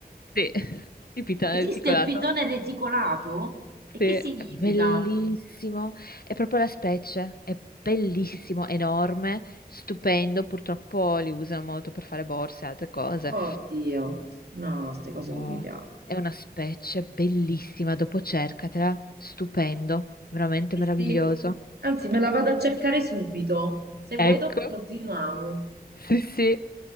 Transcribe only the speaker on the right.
Esiste
il pitone reticolato? E
che significa?
Oddio. No, queste cose
non mi piacciono.
Sì,
sì. Anzi, me la vado a cercare subito. Se vuoi,
dopo continuiamo.